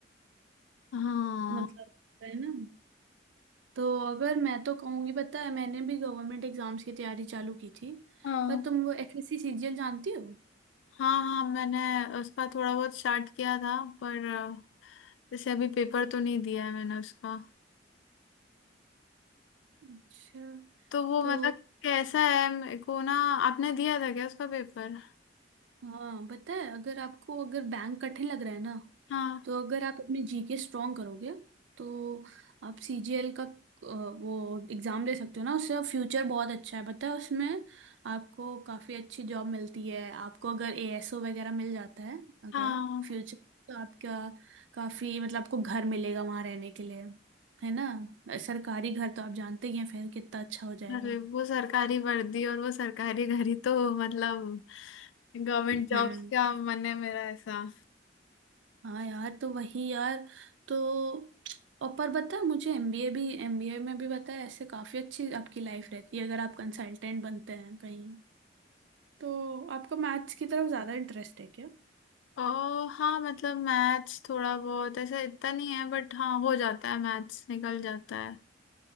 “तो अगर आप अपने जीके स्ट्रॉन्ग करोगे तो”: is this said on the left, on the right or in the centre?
Right